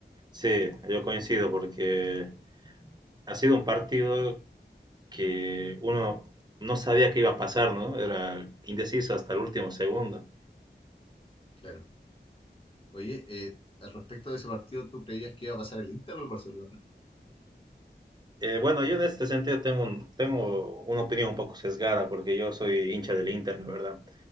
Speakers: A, on the right; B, on the left.
A: Sí, yo coincido porque ha sido un partido que uno no sabía qué iba a pasar, ¿no? Era indeciso hasta el último segundo.
B: Claro. Oye, eh, al respecto de ese partido, ¿tú creías que iba a pasar el Inter o el Barcelona?
A: Eh, bueno, yo en este sentido tengo, un- tengo una opinión un poco sesgada porque yo soy hincha del Inter, la verdad.